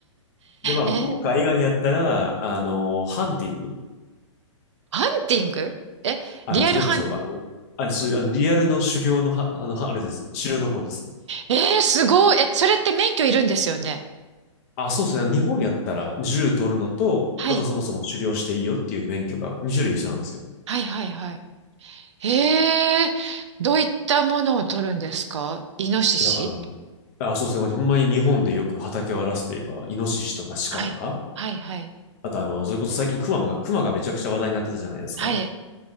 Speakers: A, on the left (about 30°); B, on the right (about 65°).
A: で、まあ、
B: ー、
A: ポーカー以外やったら、
B: <laughs> え、
A: あの、ハンティング。
B: ハンティングえ、
A: あの、
B: リアルハン、
A: それこそ、あの、あれ、そういう、あのリアルの狩猟のは、あの、はあれです。狩猟の方です。
B: えー、すごい。え、それって免許いるんですよね。
A: あ、そうですね。日本やったら、銃取るのと、
B: はい。
A: あとそもそも狩猟していいよっていう免許が2種類必要なんですよ。
B: はいはいはい。ええどういったものを取るんですかイノシシ
A: だから、あ、そうですね。ほんまに日本でよく畑を荒らすといえば、イノシシとかシカとか、
B: はい。はいはい。
A: あとあの、それこそ最近クマが、クマがめちゃくちゃ話題になってたじゃないですか。
B: はい。え